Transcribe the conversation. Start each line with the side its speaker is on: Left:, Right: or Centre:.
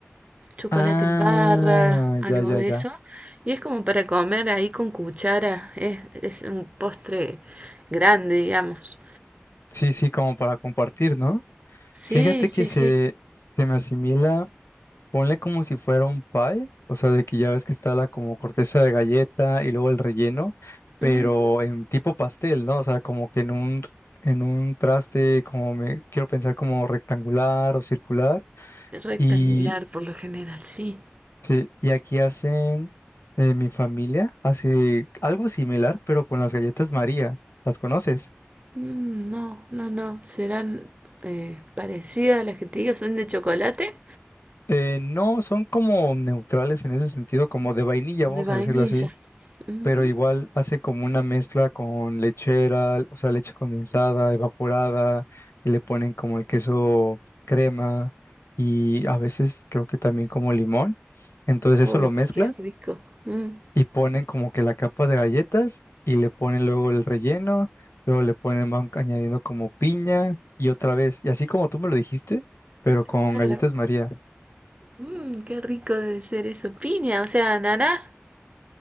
Right: chocolate
Left: Ah,
Right: en barra,
Left: ya,
Right: algo
Left: ya,
Right: de
Left: ya.
Right: eso. Y es como para comer ahí con cuchara. Es, es un postre grande, digamos.
Left: Sí, sí, como para compartir, ¿no?
Right: Sí,
Left: Fíjate que
Right: sí,
Left: se,
Right: sí.
Left: se me asimila. Ponle como si fuera un pie, o sea, de que ya ves que está la como corteza de galleta y luego el relleno, pero
Right: Ujú.
Left: en tipo pastel, ¿no? O sea, como que en un, en un traste, como me quiero pensar como rectangular o circular.
Right: Rectangular
Left: Y,
Right: por lo general, sí.
Left: sí, y aquí hacen, eh, mi familia hace algo similar, pero con las galletas María. ¿Las conoces?
Right: Mm, no, no, no. Serán eh, parecidas a las que te digo. Son de chocolate,
Left: Eh, no, son como neutrales en ese sentido, como de vainilla, vamos
Right: de vainilla.
Left: a decirlo así
Right: Ujú.
Left: pero igual hace como una mezcla con lechera, o sea, leche condensada, evaporada, y le ponen como el queso crema y a veces creo que también como limón. Entonces
Right: Uy,
Left: eso lo mezclan
Right: qué rico. Mm,
Left: y ponen como que la capa de galletas y le ponen luego el relleno, luego le ponen, van añadiendo como piña y otra vez, y así como tú me lo dijiste, pero con
Right: claro.
Left: galletas María.
Right: Mmm, qué rico debe ser eso. Piña, o sea, naná.